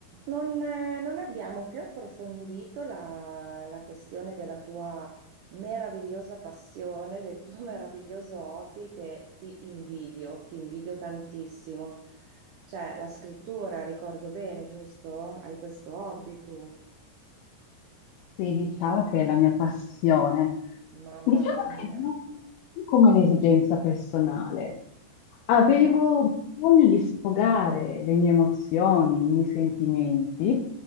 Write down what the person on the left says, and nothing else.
Sì, diciamo che è la mia passione.
Diciamo
che non come un'esigenza personale. Avevo
bisogno di sfogare le mie emozioni, i miei sentimenti